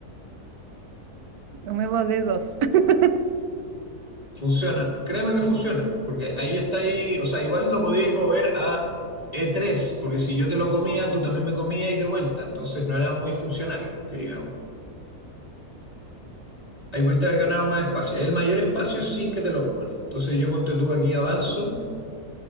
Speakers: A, on the right; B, on the left.
A: No me va de dos. <laughs>
B: Funciona. Créeme que funciona, porque ahí está ahí, o sea, igual lo podíais mover a E3, porque si yo te lo comía, tú también me comías y de vuelta. Entonces no era muy funcional, que digamos. Ahí pudiste haber ganado más espacio. El mayor espacio sin que te lo coman. Entonces yo ponte tú aquí avanzo